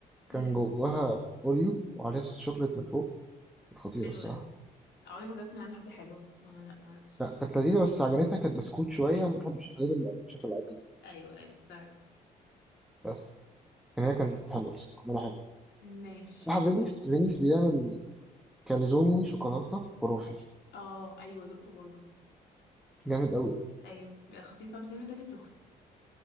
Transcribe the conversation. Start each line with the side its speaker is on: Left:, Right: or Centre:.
Centre: كان
Left: امم
Centre: جواها اوريو وعليها صوص شوكليت من فوق خطيره
Left: حلو
Centre: الصراحه
Left: ده عمري ما جبت من عنده حاجة حلوة ما لا ما اعرفش
Centre: لا كانت لذيذه بس عجنتها كانت بسكوت شويه ما بحبش الحاجات المقرمشه في العجين
Left: ايوه ايوه استوعبت
Centre: بس كان هي كانت حلوه بصراحه عملها حلو
Left: ماشي
Centre: بصراحه فينيس فينيس بيعمل كاليزوني شوكولاته خرافي
Left: اه ايوه دقته برضه
Centre: جامد قوي
Left: ايوه بيبقى خطير فاهم بس لازم يتاكل سخن